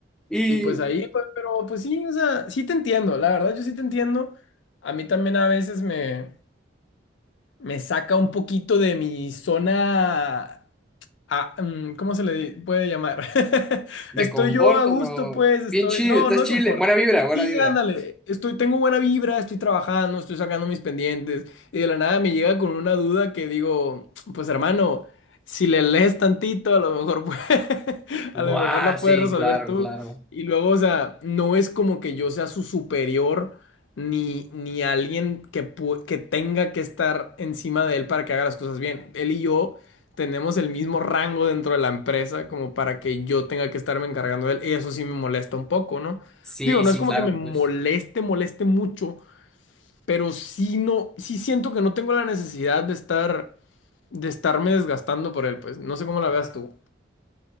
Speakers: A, in the centre; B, on the left (about 75°).
A: Y
B: Y pues ahí, pues, pero pues sí, o sea, sí te entiendo, la verdad yo sí te entiendo. A mí también a veces me, me saca un poquito de mi zona Ah, mm, ¿cómo se le di- puede llamar? <laughs>
A: de
B: Estoy
A: conforto,
B: yo a gusto,
A: no.
B: pues, estoy.
A: Bien chido,
B: No,
A: estás
B: no de
A: chile.
B: confort.
A: Buena vibra, buena
B: Sí,
A: vibra.
B: ándale, estoy, tengo buena vibra, estoy trabajando, estoy sacando mis pendientes, y de la nada me llega con una duda que digo, pues hermano, si le lees tantito, a lo mejor pue-
A: Buah,
B: <laughs> a lo mejor la
A: sí,
B: puedes resolver
A: claro,
B: tú.
A: claro.
B: Y luego, o sea, no es como que yo sea su superior, ni, ni alguien que, pu- que tenga que estar encima de él para que haga las cosas bien. Él y yo tenemos el mismo rango dentro de la empresa como para que yo tenga que estarme encargando de él. Y eso sí me molesta un poco, ¿no?
A: Sí,
B: Digo, no
A: sí,
B: es como
A: claro,
B: que me moleste,
A: pues.
B: moleste mucho, pero sí no, sí siento que no tengo la necesidad de estar, de estarme desgastando por él, pues. No sé cómo la veas tú.